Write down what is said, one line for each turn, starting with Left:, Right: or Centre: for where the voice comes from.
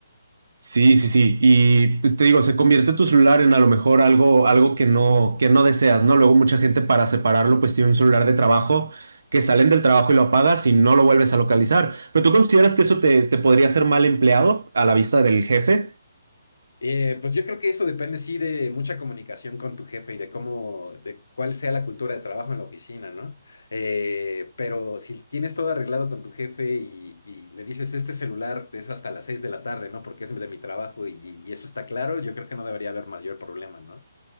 Right: Sí, sí, sí. Y pues, te digo, se convierte tu celular en a lo mejor algo, algo que no, que no deseas, ¿no? Luego mucha gente para separarlo, pues tiene un celular de trabajo que salen del trabajo y lo apagas y no lo vuelves a localizar. ¿Pero tú consideras que eso te, te podría ser mal empleado a la vista del jefe?
Left: Eh, pues yo creo que eso depende, sí, de mucha comunicación con tu jefe y de cómo, de cuál sea la cultura de trabajo en la oficina, ¿no? Eh, pero si tienes todo arreglado con tu jefe y, y le dices, este celular es hasta las seis de la tarde, ¿no? Porque es de mi trabajo y, y eso está claro, yo creo que no debería haber mayor problema, ¿no?